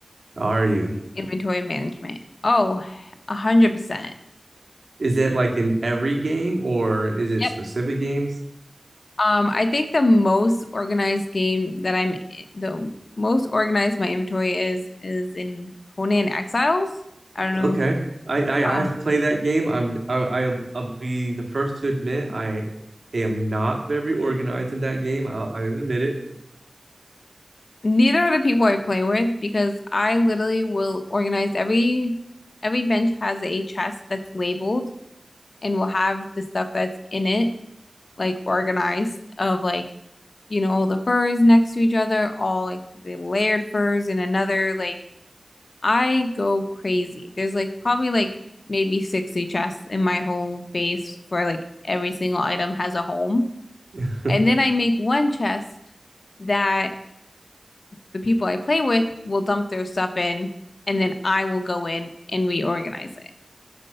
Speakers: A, on the right; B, on the left.
A: Are you?
B: inventory management. Oh, 100%.
A: Is it like in every game, or is it
B: Yep.
A: specific games?
B: Um, I think the most organized game that I'm the most organized my inventory is is in Conan Exiles. I don't
A: Okay.
B: know.
A: I, I
B: Um,
A: I have played that game. I'm I I'll, I'll be the first to admit I am not very organized in that game. I'll, I admit it.
B: neither are the people I play with because I literally will organize every every bench has a chest that's labeled and will have the stuff that's in it like organized of like you know, all the furs next to each other, all like the layered furs in another. Like, I go crazy. There's like probably like maybe 60 chests in my whole base for like every single item has a home.
A: <laughs>
B: And then I make one chest that the people I play with will dump their stuff in, and then I will go in and reorganize it.